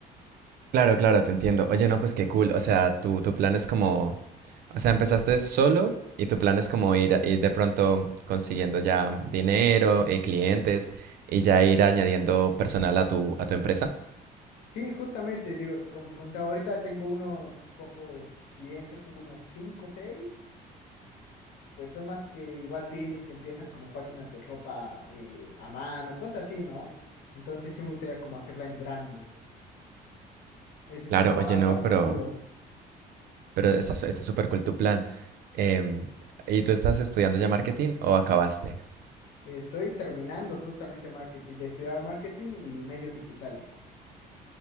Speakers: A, on the right; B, on the left.
A: Claro, claro, te entiendo. Oye, no, pues qué cool. O sea, tu, tu plan es como, o sea, empezaste solo y tu plan es como ir, a- ir de pronto consiguiendo ya dinero, eh, clientes y ya ir añadiendo personal a tu, a tu empresa.
B: Sí, justamente, digo, como te contaba, ahorita tengo unos pocos clientes, tengo unos 5 o 6, pues son más que igual pymes que empiezan como páginas de ropa eh, a mano, cosas así, ¿no? Entonces sí me gustaría como hacerla en grande, ese
A: Claro,
B: es como
A: oye,
B: algo
A: no,
B: a futuro.
A: pero, pero está, su- está súper cool tu plan. Em, ¿y tú estás estudiando ya marketing o acabaste?
B: Estoy terminando justamente marketing, de estudiar marketing y medios digitales.